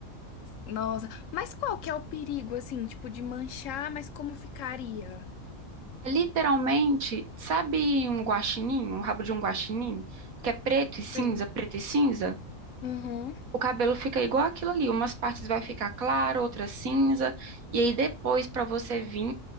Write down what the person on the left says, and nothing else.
Nossa. Mas qual que é o perigo, assim, tipo, de manchar, mas como ficaria?
Sei.
Uhum.